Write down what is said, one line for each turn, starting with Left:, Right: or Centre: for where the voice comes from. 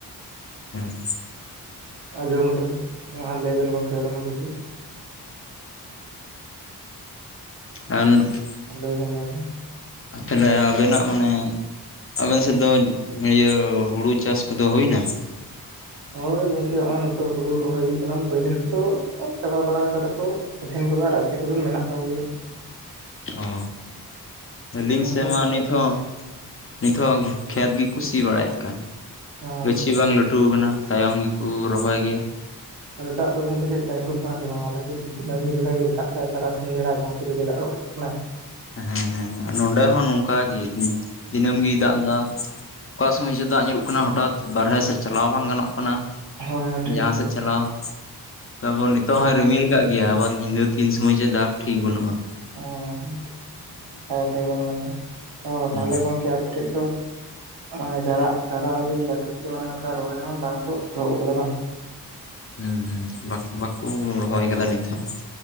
Left: <inaudible>
Right: ᱟᱸᱡᱚᱢ ᱠᱟᱹᱫᱟᱹᱧ ᱦᱮᱸ ᱟᱨ ᱞᱟᱹᱭ ᱵᱮᱱ ᱜᱚᱝᱠᱮ ᱟᱵᱮᱱ ᱦᱚᱸ ᱠᱤᱪᱷᱩ
Left: ᱦᱮᱸ <unintelligible>
Right: ᱞᱟᱹᱭᱵᱮᱱ ᱞᱟᱹᱭᱵᱮᱱ
Left: ᱟᱨ ᱛᱟᱦᱚᱞᱮ ᱟᱵᱮᱱᱟᱜ ᱢᱟᱱᱮ ᱟᱵᱮᱱ ᱥᱮᱫ ᱫᱚ ᱤᱭᱟᱹ ᱦᱩᱲᱩ ᱪᱟᱥ ᱠᱚᱫᱚ ᱦᱩᱭᱱᱟ?
Right: ᱦᱳᱭ ᱜᱚᱝᱠᱮ ᱦᱚᱸᱜᱼᱚᱭ ᱱᱤᱛᱚᱜ ᱦᱩᱲᱩ ᱨᱚᱦᱚᱭ ᱦᱩᱭᱩᱜ ᱠᱟᱱᱟ ᱵᱟᱹᱭᱦᱟᱹᱲ ᱠᱚᱫᱚ ᱪᱟᱵᱟ ᱵᱟᱲᱟ ᱠᱟᱫᱟ ᱠᱚ ᱟᱫᱷᱮᱱ ᱠᱚᱫᱚ ᱟᱨ ᱟᱨᱫᱷᱮᱠ ᱠᱚᱫᱚ ᱢᱮᱱᱟᱜ ᱛᱟᱠᱚ ᱜᱮᱭᱟ᱾
Left: ᱚ ᱟᱞᱤᱧ
Right: ᱚᱱᱠᱟ
Left: ᱥᱮᱜ ᱢᱟ
Right: ᱵᱮᱯᱟᱨ
Left: ᱱᱤᱛ ᱦᱚᱸ ᱱᱤᱛ ᱦᱚᱸ ᱠᱷᱮᱛ ᱜᱤ ᱠᱚ ᱥᱤ ᱵᱟᱲᱟᱭᱮᱫ ᱠᱟᱱ,
Right: ᱚ
Left: ᱜᱟᱹᱪᱷᱤ ᱵᱟᱝ ᱞᱟᱹᱴᱷᱩ ᱠᱟᱱᱟ ᱛᱟᱭᱚᱢ ᱠᱩ ᱨᱚᱦᱚᱭ ᱜᱮᱭᱟ᱾
Right: <inaudible> ᱛᱟᱞᱦᱮ ᱫᱟᱜ ᱫᱚ ᱜᱚᱝᱠᱮ ᱪᱮᱫ ᱞᱮᱠᱟ ᱧᱩᱨᱩᱜ ᱠᱟᱱᱟ ᱥᱮ ᱵᱟᱝ? ᱟᱞᱮ ᱥᱮᱫ ᱫᱚ ᱫᱱᱟᱹᱢ ᱫᱤᱱ ᱞᱮᱠᱟ ᱜᱮ ᱫᱟᱜ ᱫᱟᱭ᱾ ᱛᱟᱨᱟᱥᱤᱧ ᱵᱮᱲᱟ ᱡᱟᱦᱟᱸ ᱛᱤ ᱨᱮᱜᱮ ᱫᱟᱜᱚᱜ ᱠᱟᱱᱟᱭ᱾
Left: ᱦᱮᱸ ᱦᱮᱸ ᱦᱮᱸ ᱱᱚᱸᱰᱮ ᱦᱚᱸ ᱱᱚᱝᱠᱟᱜᱤ ᱫᱤᱱᱟᱹᱢ ᱜᱤ ᱫᱟᱜ ᱫᱟ᱾ ᱚᱠᱟ ᱥᱚᱢᱚᱭ ᱪᱚ ᱫᱟᱜ ᱧᱩᱨᱩᱜ ᱠᱟᱱᱟ ᱦᱚᱴᱟᱛ ᱵᱟᱨᱦᱮ ᱥᱮᱫ ᱪᱟᱞᱟᱣ ᱵᱟᱝ ᱜᱟᱱᱚᱜ ᱠᱟᱱᱟ᱾
Right: ᱦᱳᱭ ᱦᱳᱭ ᱴᱷᱤᱠ
Left: ᱡᱟᱦᱟᱸ ᱥᱮᱜ ᱪᱟᱞᱟᱣ, ᱛᱟᱯᱚᱨ ᱱᱤᱛᱳᱜ
Right: ᱦᱳᱭ
Left: ᱦᱚᱸᱭ ᱨᱤᱢᱤᱞ ᱠᱟᱜ ᱜᱮᱭᱟ, ᱟᱵᱟᱨ ᱧᱤᱫᱟᱹ ᱛᱤᱱ ᱥᱚᱢᱚᱭ ᱡᱮ ᱫᱟᱜᱽ ᱴᱷᱤᱠ ᱵᱟᱹᱱᱩᱜᱼᱟ᱾
Right: ᱚ ᱴᱷᱤᱠ ᱠᱟᱛᱷᱟ ᱜᱮᱵᱮᱱ ᱢᱮᱱᱫᱟ᱾ ᱚ
Left: ᱦᱩᱸ
Right: ᱛᱟᱦᱚᱞᱮ ᱜᱚᱝᱠᱮ ᱟᱯᱮ ᱴᱷᱮᱡ ᱫᱚ ᱢᱟᱱᱮ ᱪᱟᱨᱟᱜ ᱪᱟᱨᱟ ᱟᱹᱣᱨᱤ ᱞᱟᱹᱴᱩᱜ ᱛᱮ ᱢᱟᱱᱮ ᱚᱱᱠᱟ ᱨᱚᱦᱚᱭ ᱦᱚᱸ ᱵᱟᱝ ᱠᱚ ᱮᱛᱚᱦᱚᱵ ᱠᱟᱫᱟ ᱵᱟᱝ?
Left: ᱦᱩᱸ ᱦᱩᱸ ᱵᱟᱠ ᱵᱟᱠᱚ ᱨᱚᱦᱚᱭ ᱠᱟᱫᱟ ᱱᱤᱛ ᱦᱚᱸ᱾